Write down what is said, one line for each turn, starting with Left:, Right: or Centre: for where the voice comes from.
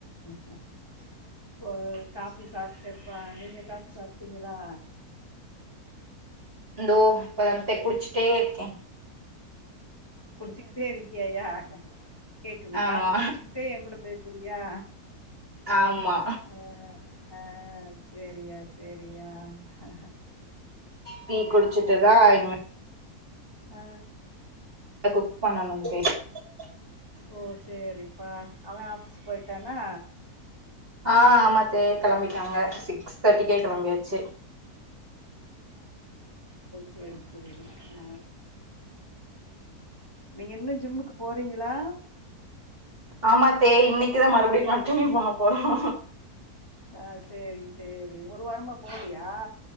Left: <inaudible> கோ காபி சாப்புடேப்பா நீங்க காபி சாப்ட்டீங்களா
Right: இந்தோ இப் குடிச்சுட்டே இருக்கேன
Left: குடிச்சிக்கிட்டே இருக்கியா யா கேக்குது
Right: ஆமா
Left: காபி குச்சுட்டே எங் கூட பேச யா
Right: ஆமா
Left: ஆ ஆ சரியா சரியா ஆ
Right: டி குடிச்சுட்டுதான் இ
Left: ஆ
Right: குக் பண்ணனும் அத்தே <inaudible>
Left: ஓ சேரிப்பா அவன் ஆபீஸ் போயிட்டானா
Right: ஆ ஆமா அத்தே கிளம்பிட்டாங்க சிக்ஸ் தேட்டிக்கே கிளம்பியாச்சு <inaudible>
Left: ம் சரி சரி அ நீங்க இன்னும் ஜிம்முக்கு போறீங்களா
Right: ஆமா த்தே இன்னைக்குதான் மறுபடியும் கன்டினியூ பண்ண போறோம்
Left: அ சரி சரி ஒரு வாரமா போலயா